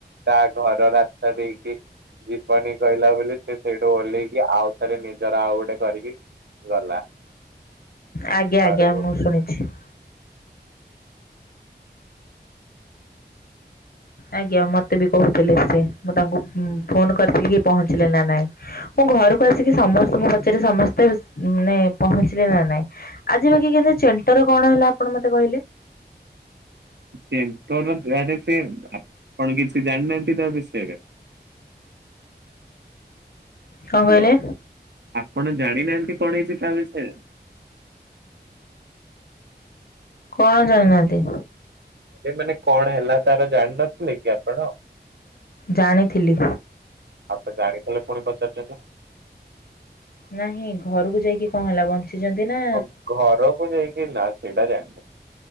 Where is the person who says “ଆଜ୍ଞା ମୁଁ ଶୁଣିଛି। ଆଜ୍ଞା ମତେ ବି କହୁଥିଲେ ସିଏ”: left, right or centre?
Left